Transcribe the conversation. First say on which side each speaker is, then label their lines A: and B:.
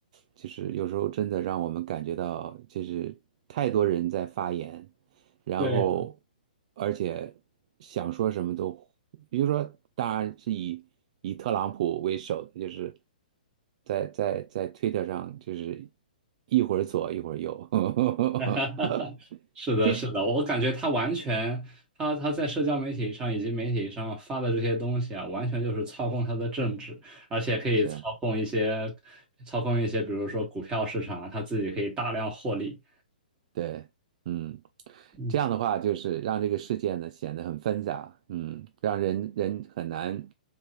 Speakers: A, on the right; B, on the right.
A: 就是有时候真的让我们感觉到，就是太多人在发言，然后，
B: 对呀，
A: 而且想说什么都，比如说，当然是以以特朗普为首的，就是在在在推特上，就是一会儿左一会儿右，<laughs>
B: <laughs> 是的，
A: 这
B: 是的，我感觉他完全，他他在社交媒体上以及媒体上发的这些东西啊，完全就是操控他的政治，而且可以操控一些，
A: 是。
B: 操控一些，比如说股票市场啊，他自己可以大量获利。
A: 对，嗯，
B: 嗯，
A: 这样的话就是让这个世界呢显得很纷杂，嗯，让人人很难。